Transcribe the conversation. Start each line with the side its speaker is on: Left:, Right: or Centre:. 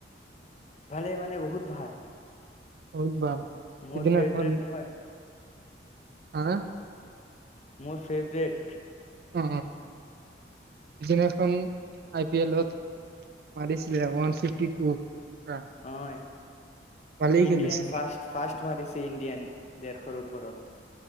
Left: ভালে মানে বহুত ভাল
Right: বওত ভাল
Left: মোৰ
Right: সিদিনাখন
Left: ফেভট নহয়
Right: হা
Left: মোৰ ফেভৰেট
Right: উ সিদিখন আই পি এলত মাৰিছিলে ওৱান ফিফটি টু ৰান।
Left: হয়
Right: ভালেই
Left: ইণ্ডিয়ান
Right: খেলিছে।
Left: ফাৰ্ষ্ট ফাষ্ট ৱাদি ইণ্ডিয়ান ডেৰশৰ ওপৰত